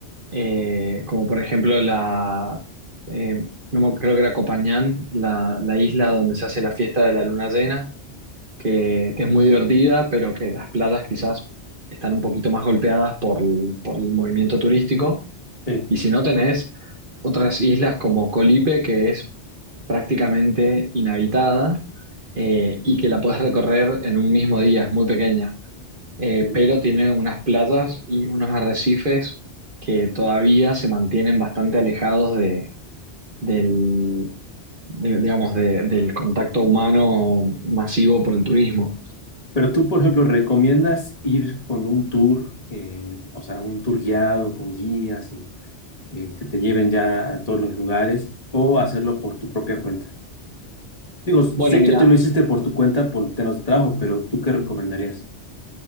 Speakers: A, on the right; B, on the left.
A: eh, como por ejemplo la, eh, no me- creo que era Copañán, la, la isla donde se hace la fiesta de la luna llena que, que es muy divertida, pero que las playas quizás están un poquito más golpeadas por el, por el movimiento turístico.
B: Sí,
A: Y si no tenés otras islas como Colipe, que es prácticamente inhabitada eh, y que la podés recorrer en un mismo día, es muy pequeña, Eh,
B: sí.
A: pero tiene unas playas y unos arrecifes que todavía se mantienen bastante alejados de, del, de- digamos, de- del contacto humano masivo por el turismo.
B: Pero tú, por ejemplo, ¿recomiendas ir con un tour, eh, o sea, un tour guiado con guías y eh, que te lleven ya a todos los lugares o hacerlo por tu propia cuenta? Digo, sé
A: Bueno, mira,
B: que tú lo hiciste por tu cuenta por temas de trabajo, pero ¿tú qué recomendarías?